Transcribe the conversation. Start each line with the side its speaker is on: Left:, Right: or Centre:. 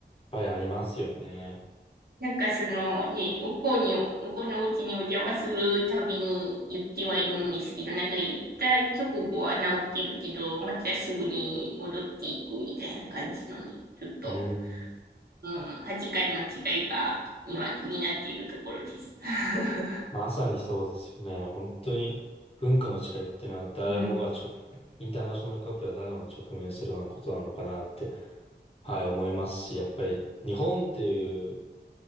Left: ぱりありますよね。
Right: なんかそのね、向こうに、向こうのお家にお邪魔するたびに言ってはいるんですけど、なんか言った直後は治ってるけど、またすぐに戻っていくみたいな感じのね、ちょっと、
Left: うん。
Right: うん、価値観の違いが今気になっているところです。<laughs>
Left: まさにそうですよね。本当に文化の違いっていうのは誰もが直、
Right: うん。
Left: インターナショナルカップルは誰もが直面するようなことなのかなって、はい、思いますし、やっぱり日本っていう、